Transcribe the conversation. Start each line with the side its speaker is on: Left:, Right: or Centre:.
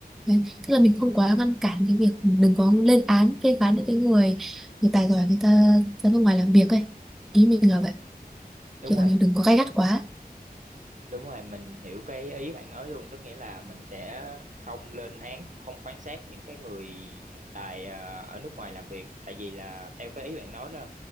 Centre: đấy. Tức là mình không quá ngăn cản cái việc đừng có lên án phê phán những cái người người tài giỏi người ta ra nước ngoài làm việc ấy ý mình là vậy
Right: đúng
Centre: kiểu
Right: rồi
Centre: là mình đừng có gay gắt quá
Right: Đúng rồi, mình hiểu cái ý bạn nói luôn, tức nghĩa là mình sẽ không lên án cũng không phán xét những cái người tại ờ, ở nước ngoài làm việc, tại vì là theo cái ý bạn nói là